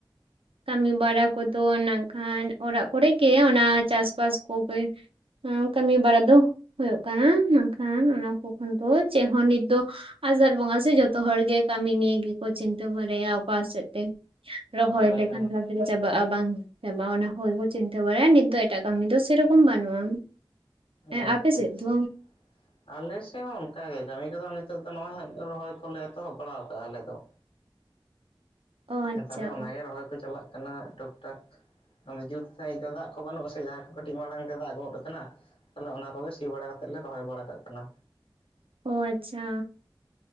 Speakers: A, on the right (about 85°); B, on the left (about 85°).
A: ᱠᱟᱹᱢᱤ ᱵᱟᱲᱟ ᱠᱚᱫᱚ ᱱᱟᱜ ᱠᱷᱟᱱ ᱚᱲᱟᱜ ᱠᱚᱨᱮ ᱜᱮ ᱚᱱᱟ ᱪᱟᱥᱵᱟᱥ ᱠᱚᱜᱮ ᱠᱟᱹᱢᱤ ᱵᱟᱲᱟ ᱫᱚ ᱦᱩᱭᱩᱜ ᱠᱟᱱᱟ ᱢᱮᱱᱠᱷᱟᱱ ᱚᱱᱟ ᱠᱚ ᱠᱷᱚᱱ ᱫᱚ ᱪᱮᱫ ᱦᱚᱸ ᱱᱤᱛ ᱫᱚ ᱟᱥᱟᱨ ᱵᱚᱸᱜᱟ ᱥᱮ ᱡᱚᱛᱷᱚ ᱦᱚᱲ ᱜᱮ ᱠᱟᱹᱢᱤ ᱱᱤᱭᱮ ᱜᱮᱠᱚ ᱪᱤᱱᱛᱟᱹ ᱵᱲᱟᱭᱟ ᱚᱠᱟ ᱥᱮᱫ ᱛᱮ ᱨᱚᱦᱚᱭ
B: ᱦᱳᱭ
A: ᱞᱮᱠᱷᱟᱱ
B: ᱦᱳᱭ
A: <inaudible> ᱪᱟᱵᱟᱜᱼᱟ ᱵᱟᱝ ᱦᱮ ᱵᱟᱝ ᱚᱱᱟ ᱠᱚᱜᱮ ᱠᱚ ᱪᱤᱱᱛᱟᱹ ᱵᱟᱲᱟᱭᱟ ᱱᱤᱛ ᱫᱚ ᱮᱴᱟᱜ ᱠᱟᱹᱢᱤ ᱫᱚ ᱥᱮᱨᱚᱠᱚᱢ ᱵᱟᱹᱱᱩᱜᱼᱟ ᱦᱮᱸ
B: ᱟᱪᱪᱷᱟ
A: ᱟᱯᱮ ᱥᱮᱫ
B: ᱟᱪᱪᱷᱟ
A: ᱫᱚ
B: ᱟᱞᱮ ᱥᱮᱫ ᱦᱚᱸ ᱚᱱᱠᱟᱜ ᱜᱮ ᱠᱟᱹᱢᱤ ᱠᱚᱫᱚ ᱱᱤᱛᱚᱜ ᱫᱚ ᱱᱚᱼᱦᱚᱭ ᱨᱚᱦᱚᱭ ᱠᱚᱞᱮ ᱮᱛᱚᱦᱚᱵ ᱵᱟᱲᱟᱣ ᱟᱠᱟᱜᱼᱟ ᱟᱞᱮ ᱫᱚ
A: ᱚ ᱟᱪᱪᱷᱟ
B: ᱛᱟᱦᱚᱞᱮ ᱚᱱᱟᱜᱮ ᱨᱚᱦᱚᱭ ᱠᱚ ᱪᱟᱞᱟᱜ ᱠᱟᱱᱟ ᱴᱩᱠ ᱴᱟᱠ ᱩᱱᱟᱹᱜ ᱡᱩᱛ ᱥᱟᱺᱦᱤᱡ ᱫᱚ ᱫᱟᱜ ᱠᱚ ᱵᱟᱹᱱᱩᱜ ᱟᱥᱮ ᱡᱟᱦᱟᱸ ᱠᱚ ᱠᱟᱹᱴᱤᱡ ᱢᱟᱲᱟᱝ ᱛᱮ ᱫᱟᱜ ᱜᱚᱫ ᱟᱠᱟᱱᱟ ᱛᱟᱦᱚᱞᱮ ᱚᱱᱟ ᱳᱭ ᱥᱤ ᱵᱟᱲᱟ ᱠᱟᱛᱮᱫ ᱞᱮ ᱨᱚᱦᱚᱭ ᱵᱟᱲᱟ ᱠᱟᱜ ᱠᱟᱱᱟ᱾
A: ᱳ ᱟᱪᱪᱷᱟ᱾